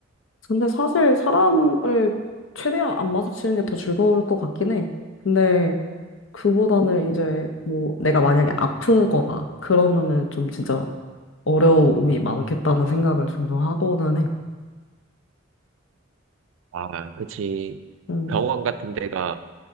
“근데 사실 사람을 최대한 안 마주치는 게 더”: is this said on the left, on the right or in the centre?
Left